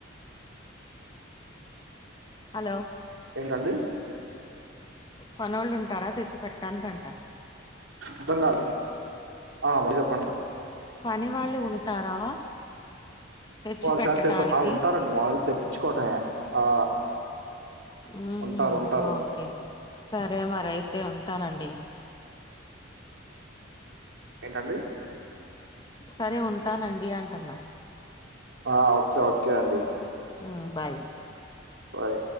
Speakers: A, on the left; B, on the right.
A: హలో
B: ఏంటండీ
A: పనోళ్ళు ఉంటారా తెచ్చి పెట్టానికి అంట
B: అర్థం కాలే హ మాజెప్పండి
A: పని వాళ్ళు ఉంటారా తెచ్చి
B: వాళ్ళే
A: పెట్టటానికి
B: శాతం ఎ ఉంటారండి వాళ్ళు తెప్పించుకోవటమే ఆ
A: ఊహ్మ్మ్
B: ఉంటారు ఉంటారు
A: ఓకే సరే మరి అయితే ఉంట టనండి
B: ఏంటండీ
A: సరే ఉంటానండి అంటన్నా
B: ఆ ఓకే ఓకే అండి
A: హ్మ్ బాయ్
B: బాయ్